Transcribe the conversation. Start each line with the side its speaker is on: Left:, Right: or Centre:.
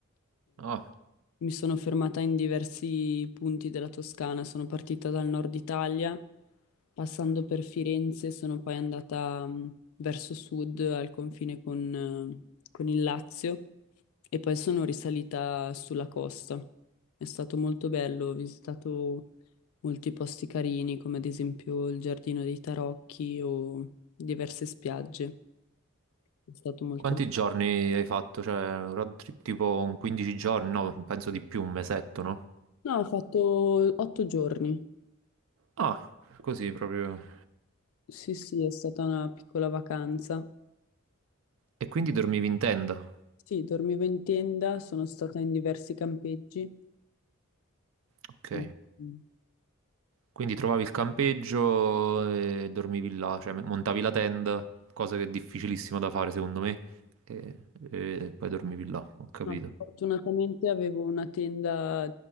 Right: Ah,
Left: mi sono fermata in diversi punti della Toscana, sono partita dal nord Italia, passando per Firenze, sono poi andata mh, verso sud al confine con, eh, con il Lazio e poi sono risalita sulla costa. È stato molto bello, ho visitato molti posti carini, come ad esempio il Giardino dei Tarocchi o diverse spiagge. È stato molto
Right: quanti
Left: bello.
Right: giorni hai fatto? Cioè, un road trip tipo un 15 giorni? No, penso di più, un mesetto, no?
Left: No, ho fatto otto giorni.
Right: Ah, così proprio.
Left: Sì, sì, è stata una piccola vacanza.
Right: E quindi dormivi in tenda?
Left: Sì, dormivo in tenda, sono stata in diversi campeggi.
Right: Ok.
Left: Mm.
Right: Quindi trovavi il campeggio e dormivi là, cioè montavi la tenda, cosa che è difficilissima da fare secondo me, e, e poi dormivi là, ho capito.
Left: Ma fortunatamente avevo una tenda